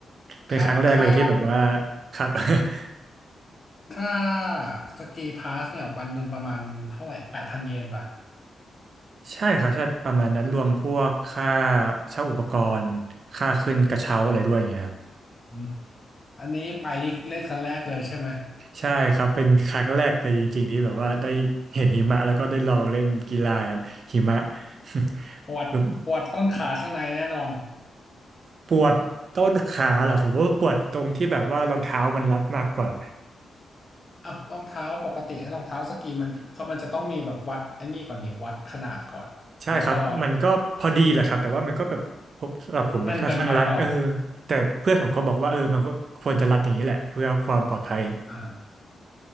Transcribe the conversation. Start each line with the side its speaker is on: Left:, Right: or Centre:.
Right: เป็นครั้งแรกเลยที่แบบว่า
Left: ค่าค่า
Right: ครับ <laughs>
Left: ค่าสกีพาสเนี่ยวันหนึ่งประมาณเท่าไหร่แปดพันเยนป่ะ
Right: ใช่ครับใช่ประมาณนั้นรวมพวกค่าเช่าอุปกรณ์ค่าขึ้นกระเช้าอะไรด้วยอย่างเงี้ย
Left: อืมอันนี้ไปนี่เล่นครั้งแรกเลยใช่ไหม
Right: ใช่ครับเป็นครั้งแรกเลยจริงๆที่แบบว่าได้เห็นหิมะแล้วก็ได้ลองเล่นกีฬาหิมะ <laughs>
Left: ปวดปวดต้นขาข้างในแน่นอน
Right: คือปวดต้นขาเหรอผมว่าปวดตรงที่แบบว่ารองเท้ามันรัดมากกว่า
Left: อ่ะรองเท้าปกติรองเท้าสกีมันเขามันจะต้องมีแบบวัดไอ้นี่ก่อนนี่วัดขนาดก่อนแล้วก็
Right: ใช่ครับมันก็พอดีแหละครับแต่ว่ามันก็แบบผมสำหรับผมมันค่อนข้างรัดเออ
Left: แน่นเกินไปเปล่า
Right: แต่เพื่อนผมก็บอกว่าเออมันก็ควรจะรัดอย่างนี้แหละเพื่อความปลอดภัย
Left: อ่า